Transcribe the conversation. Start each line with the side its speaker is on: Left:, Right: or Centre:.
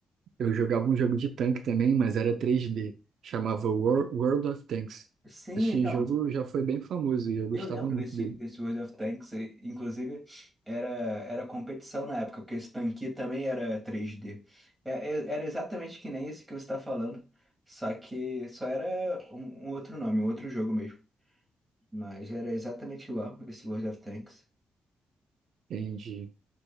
Right: Eu jogava um jogo de tanque também, mas era 3D. Chamava Wor- World of Tanks.
Centre: Sim,
Right: Esse
Centre: então.
Right: jogo já foi bem famoso e eu gostava
Centre: Eu lembro
Right: muito
Centre: desse,
Right: dele.
Centre: desse World of Tanks, e, inclusive era, era competição na época, porque esse tanque também era 3D. É, é- era exatamente que nem esse que você está falando, só que só era um, um outro nome, um outro jogo mesmo. Mas era exatamente igual esse World of Tanks.
Right: Entendi.